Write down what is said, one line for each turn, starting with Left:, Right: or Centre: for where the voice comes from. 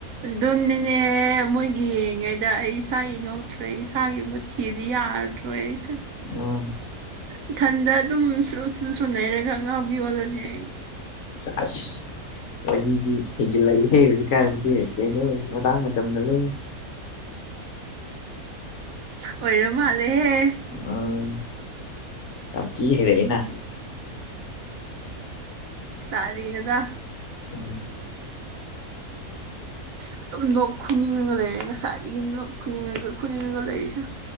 Right: ꯑꯗꯨꯅꯤꯅꯦ ꯃꯣꯏꯒꯤ ꯌꯦꯡꯉꯤꯉꯩꯗ ꯑꯩ ꯏꯁꯥ ꯌꯦꯡꯍꯧꯗ꯭ꯔꯦ ꯏꯁꯥꯒꯤ ꯃꯠ ꯊꯤꯗꯤ ꯌꯥꯗꯔꯦ ꯑꯩꯁꯨ
Left: ꯑꯥ
Right: ꯏꯊꯟꯗ ꯑꯗꯨꯝ ꯁꯔꯨ ꯁꯔꯨ ꯁꯔꯨ ꯅꯩꯔꯒ ꯑꯉꯥꯎꯕꯤ ꯑꯣꯜꯂꯅꯤ ꯑꯩ
Left: ꯆꯥ ꯑꯁ ꯋꯥꯔꯤꯗꯤ ꯍꯦꯟꯖꯤꯜꯂꯛꯏꯍꯦ ꯍꯧꯖꯤꯛꯀꯥꯟꯁꯦ ꯀꯩꯅꯣ ꯃꯇꯥꯡ ꯃꯇꯝꯅꯔꯣ
Right: ꯑꯣꯏꯔ ꯃꯥꯜꯂꯦꯍꯦ
Left: ꯑꯥ ꯌꯥꯝ ꯊꯤ ꯍꯩꯔꯛꯑꯦꯅꯥ
Right: ꯇꯥꯔꯤꯀꯩꯅꯣꯗꯥ
Left: ꯎꯝ
Right: ꯑꯗꯨꯝ ꯂꯣꯛ ꯈꯨꯅꯤꯡꯉꯒ ꯂꯩꯔꯦ ꯉꯁꯥꯏꯗꯒꯤꯗꯤ ꯂꯣꯛ ꯈꯨꯅꯤꯡꯉꯒ ꯈꯨꯅꯤꯡꯉꯒ ꯂꯩꯔꯤꯁꯦ